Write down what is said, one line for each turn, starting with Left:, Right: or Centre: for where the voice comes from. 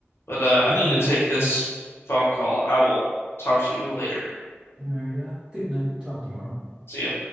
Left: But uh, I
Right: on
Left: need
Right: that,
Left: to take
Right: it,
Left: this phone call. I will talk to you later.
Right: all right. Uh, good night. Talk tomorrow.
Left: See ya.